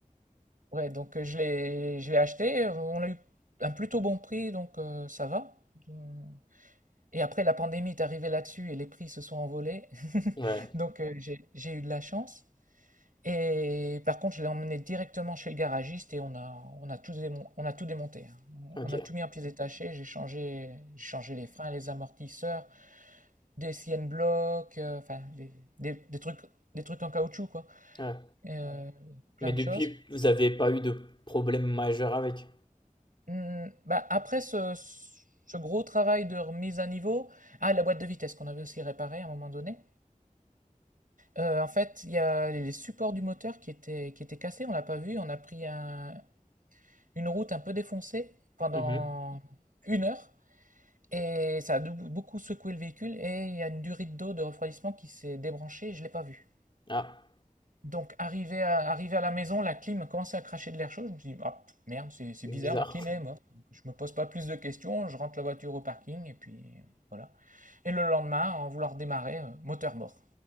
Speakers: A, on the right; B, on the left.
A: Ouais, donc euh, je l'ai je l'ai acheté, euh, on l'a eu un plutôt bon prix, donc euh, ça va. Hum. Et après, la pandémie est arrivée là-dessus et les prix se sont envolés. <laughs>
B: Ouais.
A: Donc euh, j'ai j'ai eu de la chance. Et par contre, je l'ai emmené directement chez le garagiste et on a, on a tout démon- on a tout démonté. hein.
B: Ok.
A: On a tout mis en pièces détachées, j'ai changé, j'ai changé les freins, les amortisseurs, des siennes blocs, euh, enfin des, des- des trucs, des trucs en caoutchouc, quoi.
B: Ouais.
A: Euh, plein
B: Mais
A: de
B: depuis,
A: choses.
B: vous avez pas eu de problème majeur avec.
A: Mmh, bah, après ce, ce gros travail de remise à niveau, ah, la boîte de vitesse qu'on avait aussi réparée à un moment donné, euh, en fait, il y a les supports du moteur qui étaient, qui étaient cassés, on l'a pas vu, on a pris un- une route un peu défoncée pendant
B: Mhm.
A: une heure et ça a dou- beaucoup secoué le véhicule et il y a une durite d'eau de refroidissement qui s'est débranchée et je l'ai pas vu.
B: Ah,
A: Donc, arrivé à, arrivé à la maison, la clim commençait à cracher de l'air chaud. Je me suis dit, ah, merde, c'est c'est
B: bizarre.
A: bizarre, ma clim
B: <laughs>
A: est morte. Je me pose pas plus de questions, je rentre la voiture au parking et puis euh, voilà. Et le lendemain, en voulant redémarrer, euh, moteur mort.